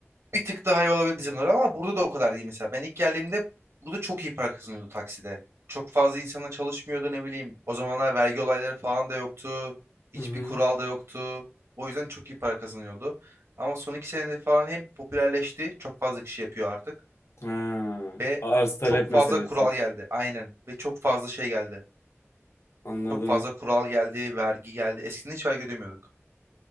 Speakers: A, on the right; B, on the left.
A: bir tık daha iyi olabilir bizimler ama burada da o kadar değil mesela. Ben ilk geldiğimde burada çok iyi para kazanıyordu takside. Çok fazla insana çalışmıyordu ne bileyim. O zamanlar vergi olayları falan da yoktu.
B: Hı
A: Hiçbir
B: hı.
A: kural da yoktu. O yüzden çok iyi para kazanıyordu. Ama son iki senede falan hem popülerleşti. Çok fazla kişi yapıyor artık.
B: Ha,
A: Ve
B: arz talep
A: çok fazla
B: meselesi.
A: kural geldi. Aynen. Ve çok fazla şey geldi.
B: Anladım.
A: Çok fazla kural geldi, vergi geldi. Eskiden hiç vergi ödemiyorduk.